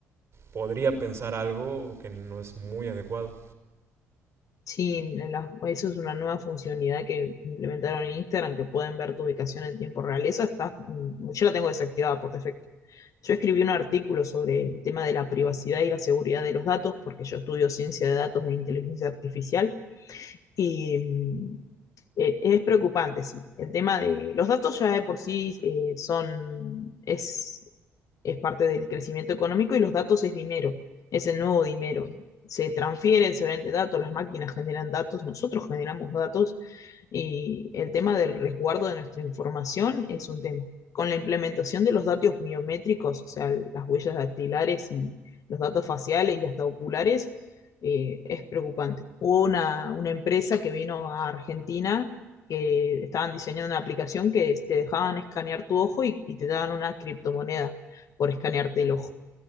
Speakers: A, on the right; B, on the left.
A: podría pensar algo que no es muy adecuado.
B: Sí, en la- eso es una nueva funcionalidad que implementaron en Instagram, que pueden ver tu ubicación en tiempo real. Esa está, mm, yo la tengo desactivada por defecto. Yo escribí un artículo sobre el tema de la privacidad y la seguridad de los datos, porque yo estudio ciencia de datos e inteligencia artificial, y mm, e- es preocupante, sí. El tema de los datos ya de por sí eh, son, es es parte del crecimiento económico y los datos es dinero, es el nuevo dinero. Se transfieren se vende datos, las máquinas generan datos, nosotros generamos datos y el tema del resguardo de nuestra información es un tema. Con la implementación de los datos biométricos, o sea, las huellas dactilares y los datos faciales y hasta oculares, eh, es preocupante. Hubo una, una empresa que vino a Argentina que estaban diseñando una aplicación que te dejaban escanear tu ojo y, y te daban una criptomoneda por escanearte el ojo.